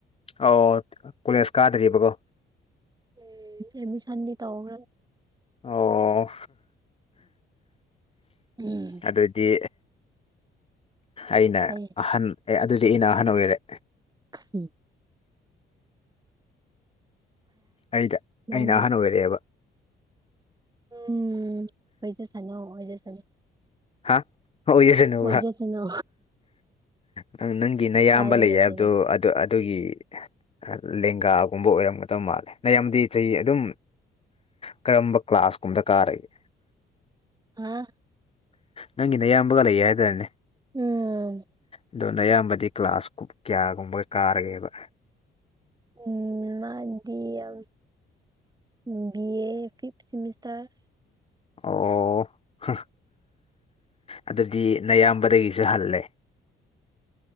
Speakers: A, on the left; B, on the right.
A: ꯑꯧ ꯀꯣꯂꯦꯖ ꯀꯥꯗ꯭ꯔꯤꯕꯀꯣ
B: ꯎꯝ ꯑꯦꯗꯃꯤꯁꯟꯗꯤ ꯇꯧꯈ꯭ꯔꯦꯕ
A: ꯑꯣ
B: ꯎꯝ
A: ꯑꯗꯨꯗꯤ ꯑꯩꯅ
B: ꯂꯩ
A: ꯑꯍꯟ ꯑꯦ ꯑꯗꯨꯁꯨ ꯑꯩꯅ ꯑꯍꯟ ꯑꯣꯏꯔꯦ
B: ꯎꯝ
A: ꯑꯩꯗ
B: ꯅꯣꯛꯅꯤꯡ
A: ꯑꯩꯅ ꯑꯍꯟ ꯑꯣꯏꯔꯛꯑꯦꯕ
B: ꯎꯝ ꯑꯣꯏꯖꯥꯁꯅꯨ ꯑꯣꯏꯖꯥꯁꯅꯨ
A: ꯍꯥ ꯑꯣꯏꯖꯥꯁꯅꯨꯕ
B: ꯑꯣꯏꯖꯁꯅꯨ
A: ꯅꯪ ꯅꯪꯒꯤ ꯅꯌꯥꯝꯕ
B: ꯀꯥꯏꯕ
A: ꯂꯩꯌꯦ
B: ꯂꯩꯇꯦꯗ
A: ꯍꯥꯏꯕꯗꯣ ꯑꯗꯨ ꯑꯠ ꯇꯨꯒꯤ ꯑꯥ ꯂꯦꯡꯒꯥꯒꯨꯝꯕ ꯑꯣꯏꯔꯝꯒꯗꯕ ꯃꯥꯜꯂꯦ ꯅꯌꯥꯝꯗꯤ ꯆꯍꯤ ꯑꯗꯨꯝ ꯀꯔꯝꯕ ꯀ꯭ꯂꯥꯁ ꯀꯨꯝꯗ ꯀꯥꯔꯛꯏ
B: ꯍꯥ
A: ꯅꯪꯒꯤ ꯅꯌꯥꯝꯕꯒ ꯂꯩꯌꯦ ꯍꯥꯏꯗꯥꯏꯅꯦ
B: ꯎꯝ
A: ꯑꯗꯨ ꯅꯌꯥꯝꯕꯗꯤ ꯀ꯭ꯂꯥꯁ ꯀꯨꯞ ꯀꯌꯥꯒꯨꯝꯕꯒ ꯀꯥꯔꯒꯦꯕ
B: ꯎꯝ ꯃꯥꯗꯤ ꯌꯥꯝ ꯎꯝ ꯕꯤꯌꯦ ꯐꯤꯐ ꯁꯤꯃꯤꯁꯇꯔ
A: ꯑꯣ ꯍꯥ ꯑꯗꯨꯗꯤ ꯅꯌꯥꯝꯕꯗꯒꯤꯁꯨ ꯍꯜꯂꯦ